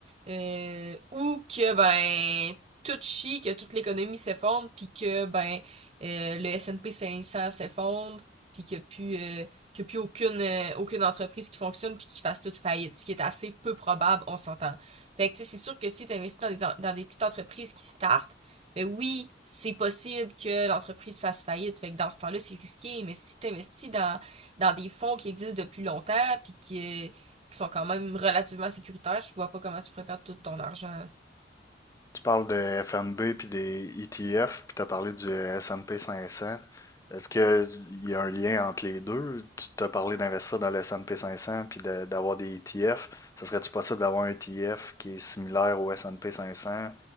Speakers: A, on the right; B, on the left.
A: euh, ou que ben tout chie, que toute l'économie s'effondre, puis que ben euh, le S&P 500 s'effondre, puis qu'il n'y a plus euh, qu'il y a plus aucune euh, aucune entreprise qui fonctionne puis qui fasse toute faillite, ce qui est assez peu probable, on s'entend. Fait que tu sais, c'est sûr que si tu investis dans des dans des petites entreprises qui startent, ben oui, c'est possible que l'entreprise fasse faillite. Fait que dans ce temps-là, c'est risqué, mais si tu investis dans dans des fonds qui existent depuis longtemps puis qui euh, qui sont quand même relativement sécuritaires, je vois pas comment tu pourrais perdre tout ton argent.
B: Tu parles de FNB puis des ETF, puis tu as parlé du S&P 500. Est-ce qu'il y a un lien entre les deux? Tu t'as parlé d'investir dans le S&P 500 puis de- d'avoir des ETF. Ça serait-tu possible d'avoir un ETF qui est similaire au S&P 500?